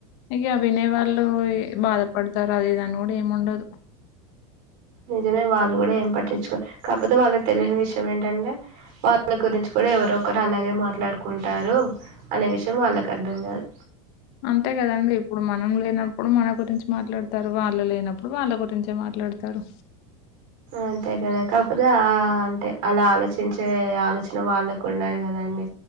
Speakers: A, on the left (about 60°); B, on the right (about 55°).
A: ఇగా వినే వాళ్ళు భాధపడతారు అది ఇది అని కూడా ఏమి ఉండదు
B: నిజమే వాళ్ళు కూడా ఏం పట్టించుకో కాకపోతే వాళ్ళకి తెలీని విషయం ఏంటంటే వాళ్ళ గురించి కూడా ఎవరో ఒకరు అలాగే మాట్లాడుకుంటారు అనే విషయం వాళ్ళకు అర్థం కాదు
A: అంతే కదండి ఇప్పుడు మన మనం లేనప్పుడు మన గురించి మాట్లాడతారు వాళ్ళ లేనప్పుడు వాళ్ళ గురించే మాట్లాడతారు
B: అంతే కదా కాకపోతే ఆ అంటే అలా ఆలోచించే ఆలోచన వాళ్ళకు ఉండదు కదండి